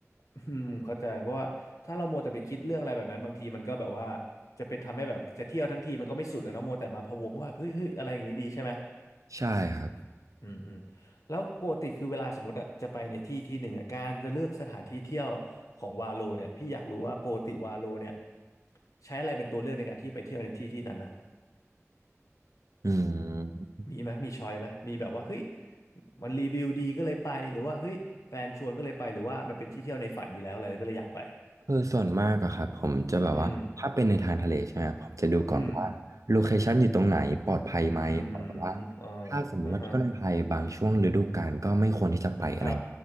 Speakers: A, on the left; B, on the right.
A: อืมเข้าใจเพราะว่าถ้าเรามัวแต่ไปคิดเรื่องอะไรแบบนั้นบางทีมันก็แบบว่าจะไปทำให้แบบจะเที่ยวทั้งทีมันก็ไม่สุดนะเนาะมัวแต่มาพะวงว่าเฮ้ยเฮ้ยอะไรอย่างนี้ดีใช่ไหม
B: ใช่ครับ
A: อืมอืมแล้วปกติคือเวลาสมมติอะจะไปในที่ที่หนึ่งอะการจะเลือกสถานที่เที่ยวของวาโลเนี่ยพี่อยากรู้ว่าปกติวาโลเนี่ยใช้อะไรเป็นตัวเลือกในการที่ไปเที่ยวในที่ที่นั้นนะ
B: อืม
A: มีไหมมีชอยไหมมีแบบว่าเฮ้ยมันรีวิวดีก็เลยไปหรือว่าเฮ้ยแฟนชวนก็เลยไปหรือว่ามันเป็นที่เที่ยวในฝันอยู่แล้วอะไรก็เลยอยากไป
B: คือส่วนมากอะครับผมจะแบบว่าถ้าเป็นในทางทะเลใช่ไหมครับผมจะดูก่อนว่าโลเคชันอยู่ตรงไหนปลอดภัยไหมเพราะแบบว่า
A: อืมอืม อืมอ๋อ
B: ถ้าสมมติว่าเที่ยวในไทยบางช่วงฤดูกาลก็ไม่ควรที่จะไปอะไร
A: อ่าฮะครับ